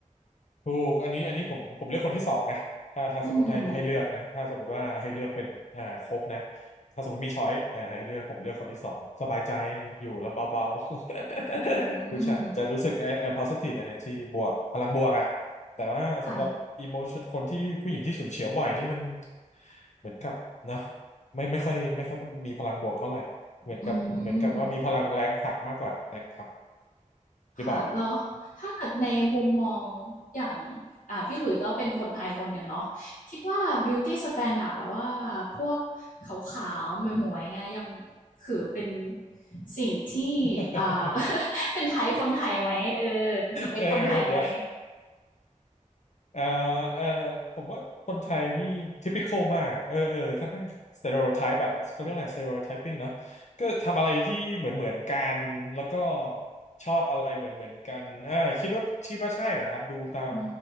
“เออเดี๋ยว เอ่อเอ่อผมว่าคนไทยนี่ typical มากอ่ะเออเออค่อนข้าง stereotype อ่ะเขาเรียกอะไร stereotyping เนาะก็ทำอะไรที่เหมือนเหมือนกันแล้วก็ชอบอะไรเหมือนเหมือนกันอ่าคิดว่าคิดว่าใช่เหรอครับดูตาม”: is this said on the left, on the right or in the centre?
Left